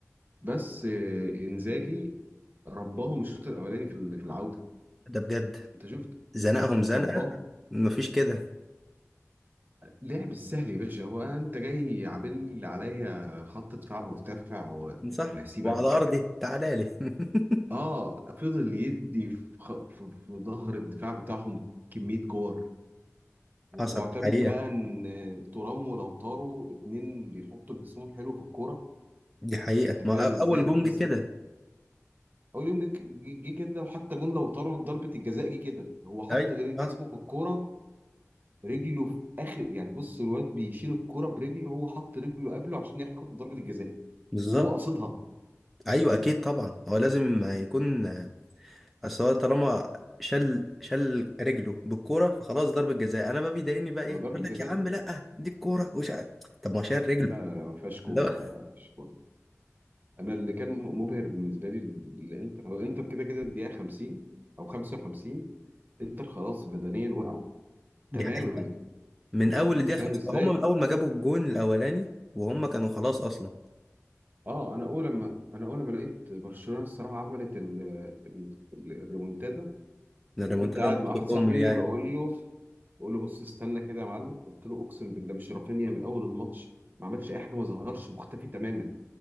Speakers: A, on the right (about 35°); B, in the centre.
A: بس آه، انزاجي رباهم الشوط الاولاني في ال- في العوده
B: ده بجد
A: انت شفت
B: زنقهم زنقة
A: رباهم
B: مفيش كده
A: لعب السهل يا باشا هو انت جاي عامل لي عليا خط دفاع مرتفع و-
B: صح
A: وهسيبك
B: وعلى ارضي تعالى لي <laughs>
A: اه فضل يدي في خ- في- في ظهر الدفاع بتاعهم كميه كور ومعتمد
B: حصل دي حقيقة
A: بقى ان ترام ولو طاروا اتنين بيحطوا جسمهم حلو في الكوره
B: دي حقيقة
A: انت
B: ما
A: فاهم
B: أ-
A: ازاي
B: اول جون
A: وس-
B: جه كده
A: اول يوم جه جه- جه كده وحتى جون لو طاروا ضربه الجزاء جه كده هو حط
B: ايوه
A: جسمه
B: صح
A: في الكوره رجله في اخر يعني بص الواد بيشيل الكرة برجله وهو حط رجله قبله عشان ياخد ضربة الجزاء
B: بالظبط
A: وهو قصدها
B: ايوه اكيد طبعا هو لازم يكون اصل هو طالما شل شل رجله بالكوره فخلاص ضربه جزاء انا بقى بيضايقني بقى ايه
A: ما هي
B: يقول
A: ضربة جزاء
B: لك يا عم لا دي الكوره وش ع- طب ما هو شال رجله
A: لا لا لا ما فيهاش كورة
B: لا
A: لا لا ما فيهاش كورة انا اللي كان مبهر بالنسبة لي الانتر هو انتر كده كده الدقيقة 50 او 55 انتر خلاص بدنيا وقعوا
B: دي
A: تماما
B: حقيقه من اول
A: انت
B: الدقيقه
A: فاهم
B: خمسة
A: ازاي
B: هم من اول ما جابوا الجون الاولاني وهم كانوا خلاص اصلا
A: اه انا اول لما انا اول ما لقيت برشلونة الصراحة عملت ال- ال- الريمونتادا
B: إن الريمونتادا
A: وكنت قاعد
B: نقطه
A: مع واحد
B: كم
A: صاحبي
B: يعني
A: بقول له بقول له بص استنى كده يا معلم قلت له اقسم بالله مش رافينيا من اول الماتش ما عملش اي حاجه ما ظهرش مختفي تماما